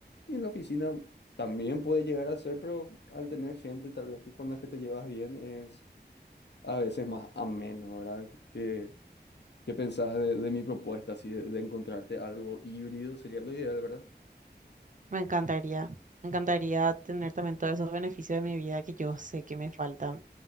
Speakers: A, on the left (about 75°); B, on the right (about 50°).
A: y en la oficina también puede llegar a ser, pero al tener gente tal vez que con la que te llevas bien es a veces más ameno, ¿verdad? ¿Qué, qué pensás de, de mi propuesta, así de, de encontrarte algo híbrido? Sería lo ideal, ¿verdad?
B: Me encantaría, me encantaría tener también todos esos beneficios de mi vida que yo sé que me faltan.